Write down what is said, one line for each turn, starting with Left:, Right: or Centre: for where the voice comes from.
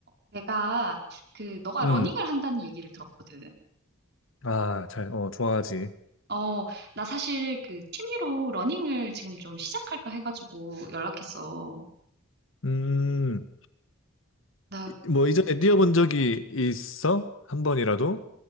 Right: 내가 그 너가
Left: 음,
Right: 러닝을 한다는 얘기를 들었거든.
Left: 아, 잘, 어, 좋아하지.
Right: 어, 나 사실 그 취미로 러닝을 지금 좀 시작할까 해가지고 연락했어.
Left: 음,
Right: 나
Left: 이- 뭐, 이전에 뛰어본 적이 있어? 한 번이라도?